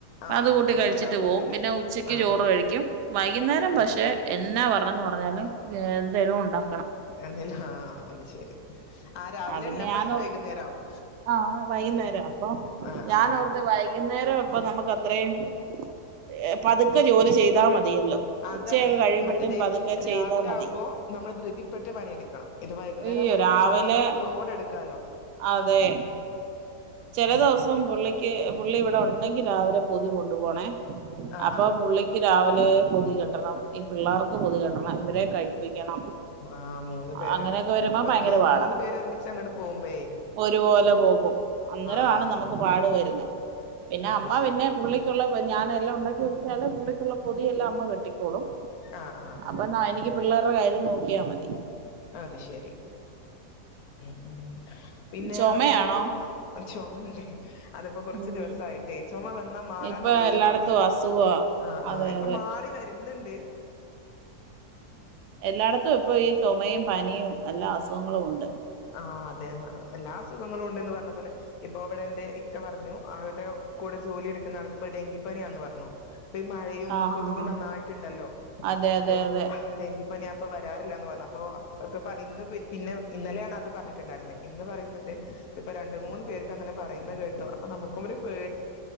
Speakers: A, on the left; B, on the right.
A: ആഹ്
B: അത്
A: ആഹ്
B: കൂട്ടി
A: അത്ണ്ടാവല്ലോ
B: കഴിച്ചിട്ട് പോകും
A: അല്ലെ
B: പിന്നെ ഉച്ചക്ക്
A: ആഹ്
B: ചോറ് കഴിക്കും വൈകുന്നേരം
A: ആഹ്
B: പക്ഷെ എന്നാ പറഞ്ഞത് പറഞ്ഞാല് <unintelligible> ക
A: അല്ല ആ അത് ശരി ആ രാവിലെ
B: പിന്നെ
A: ഇല്ല പണി
B: ഞാനോർ
A: വൈകുന്നേരാവും
B: ആ വൈകുന്നേരം അപ്പൊ
A: ആഹ്
B: ഞാന്
A: ആഹ്
B: ഓർത്ത് വൈകുന്നേരം അപ്പൊ നമുക്ക് ത്രയും ഹേ പതുക്കെ ജോലി ചെയ്താ മതിയല്ലോ
A: അതാണ്
B: ഉച്ചയൊക്കെ കഴിയുമ്പോഴത്തേനും
A: മറ്റത്
B: പതുക്കെ
A: രാവിലെ
B: ചെയ്താൽ മതി
A: ആകുമ്പോ നമ്മള് ധൃതിപ്പെട്ട് പണിയെടുക്കണം ഇത് വൈകുന്നേരം
B: അയ്യോ
A: ആകുമ്പം നമുക്ക്
B: രാവിലെ
A: സമാധാനത്തോടെ എടുക്കാലോ
B: അതെ ചില
A: ആഹ്
B: ദിവസം
A: ആഹ്
B: പുള്ളിക്ക് പുള്ളി ഇവിടെ ഉണ്ടെങ്കി രാവിലെ പൊതി കൊണ്ടു പോണേ
A: ആഹ്
B: അപ്പൊ പുള്ളിക്ക് രാവിലെ പൊതി ക രണം ഈ പിള്ളേർക്ക് പൊതി കെട്ടണം ഇവരെ കഴിപ്പിക്കണം
A: ആ മൂന്ന് പേര്
B: അങ്ങനെയൊക്കെ വരുമ്പോ
A: ഒരുമി
B: ഭയങ്കര പാടാ
A: മൂന്ന് പേര് ഒരുമിച്ച് അങ്ങട്ട് പോകുമ്പയേ
B: ഒരുപോലെ പോകും അന്നേരമാണ്
A: ആഹ്
B: നമുക്ക് പാട് വരുന്നത് പിന്നെ
A: അത്
B: അമ്മ
A: ശരി
B: പിന്നെ പുള്ളിക്കുള്ള ഞാന എല്ലാം ഉണ്ടാക്കി വെച്ചാല് പുള്ളിക്കുള്ള പൊതി എല്ലാം അമ്മ കെ ട്ടിക്കോളും
A: ആഹ് ആഹ്
B: അപ്പൊ എനിക്ക് പിള്ളേരുടെ കാര്യം നോക്കിയാ മതി
A: അത് ശരി ഉം ഉം പിന്നെ
B: ചുമയാണോ
A: നിങ്ങളിപ്പോ <unintelligible> ഉ അതിപ്പോ കൊറച്ച്
B: ഉം
A: ദിവസായിട്ടേ ചുമ വന്നാ മാറാൻ
B: ഇപ്പൊ
A: നല്ല
B: എല്ലായിടത്തും
A: പണിയാ
B: അസുഖവാ
A: ആ
B: അതെ
A: ആ ഇപ്പൊ
B: അതെ
A: മാറി വരുന്ന്ണ്ട്
B: എല്ലാട് ത്തും ഇപ്പൊ ഈ ചുമയും പനിയും എല്ലാ അസുഖങ്ങളും ഉണ്ട്
A: ആഹ അതെ എല്ലാ അ സുഖങ്ങളും ഉണ്ട്ന്ന് പറഞ്ഞ പോലെ ഇപ്പൊ ഇ വിടെ എന്റെ ഇക്ക പറഞ്ഞു ആളുടെ കൂടെ ജോലി എടുക്കുന്ന ആൾക്ക് ഇപ്പൊ ഡെങ്കിപ്പനിയാന്ന് പറഞ്ഞു പ്പൊ ഈ മഴയും
B: ആഹ്
A: കൊതുകും
B: ആഹ് ആഹ്
A: നന്നായിട്ടുണ്ടല്ലോ
B: അതെ
A: അപ്പൊ
B: അതെ അതെ
A: ഡെങ്കി പ്പൊ ഞാ പ്പൊ വരാറില്ല ന്ന് പറഞ്ഞു അപ്പൊ ഇപ്പ ഇന്ന് പിന്നെ ഇന്നലെയാണ് അത് പറഞ്ഞിട്ടുണ്ടാര് ന്ന് ഇന്ന് പറയുന്നു പ്പൊ രണ്ട് മൂന്ന് പേർ ക്ക ങ്ങനെ പറയുന്ന് കേട്ടു അ നമ്മുക്